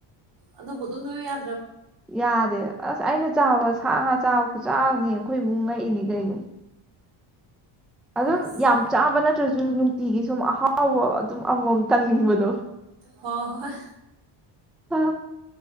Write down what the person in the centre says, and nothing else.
ꯌꯥꯔꯦ ꯑꯁ ꯑꯩꯅ ꯆꯥꯎꯥꯕ ꯁꯥ ꯉꯥ ꯆꯥꯕ ꯆꯥꯕꯅꯤ ꯑꯩꯈꯣꯏ ꯏꯃꯨꯛ ꯉꯛꯏꯅꯤ ꯀꯩꯅꯣ ꯑꯗꯨꯝ
ꯌꯥꯝ ꯆꯥꯕ ꯅꯠꯇ꯭ꯔꯁꯨ ꯁꯨ ꯅꯨꯡꯇꯤꯒꯤ ꯁꯨꯝ ꯑꯍꯥꯎꯕ ꯑꯗꯨꯝ ꯑꯃꯃꯝ ꯇꯪꯅꯤꯡꯕꯗꯣ
ꯑ